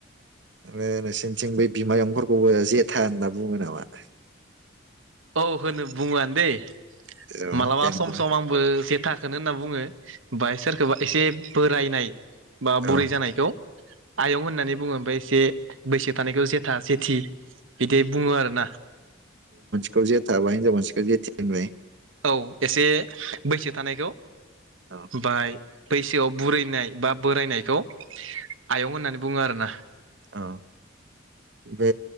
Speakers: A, on the right; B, on the right.
A: आरो नोंसिनिथिं बे बिमायंफोरखौबो जेथा होनना बुङो नामा? <inaudible>
B: औ होनो बुङोआनो दैे
A: औ
B: मालाबा
A: जेनेबा
B: सम सम आंबो जेथाखोनो होनना बुङो। ओमफाय सोरखौबा एसे बोरायनाय बा बुरै
A: औ
B: जानायखौ आयं होननानै बुङो ओमफाय एसे बैसो थानायखौ जेथा जेथि बिदि बुङो आरो ना।
A: खौ जेथाबाय हिनजाव मानसिखौ जेथे होनबाय।
B: औ एसे बैसो थानायखौ
A: औ
B: बाय बैसोआव बुरैनाय बा बोरायनायखौ आयं होननानै बुङो आरोना।
A: औ, बे